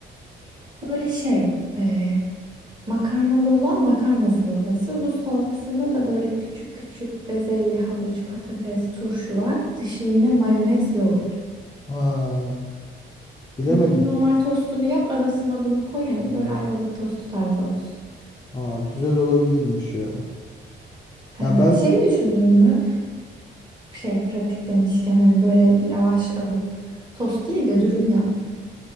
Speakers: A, on the right; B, on the left.
A: Böyle şey e, makarnalı olan makarna salatası. Rus salatasında da böyle küçük küçük bezelye, havuç, patates, turşu var. Dışı yine mayonez, yoğurt.
B: Aa, bilemedim.
A: Hı hı, Normal tostunu yap arasına bunu koy hani böyle ayvalık tostu tarzı olsun.
B: Aa, güzel olabilirmiş ya. Ya
A: Evet,
B: ben
A: şey düşündün mü? Şey pratik demişken hani böyle lavaş alıp tost değil de dürüm yap.